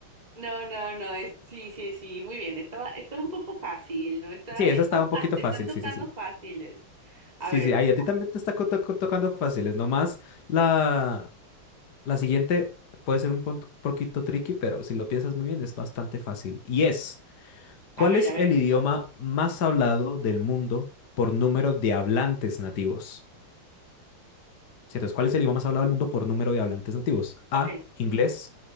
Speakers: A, on the right; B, on the left.
A: No, no, no, es, sí, sí, sí, muy bien. Estaba, estaba un poco fácil, ¿no? Está,
B: Sí, esa
A: están
B: estaba un
A: fácil,
B: poquito
A: te
B: fácil.
A: están tocando
B: Sí, sí, sí.
A: fáciles.
B: Sí,
A: A ver,
B: sí. Ahí
A: venga,
B: a ti también te está co- to- co- tocando fáciles. Nomás la, la siguiente puede ser un pon- poquito tricky, pero si lo piensas muy bien es bastante fácil. Y es,
A: a
B: ¿cuál
A: ver,
B: es
A: a ver.
B: el idioma más hablado del mundo por número de hablantes nativos? Sí, entonces, ¿cuál es el idioma más hablado del mundo por número de hablantes nativos? A,
A: Ok,
B: inglés,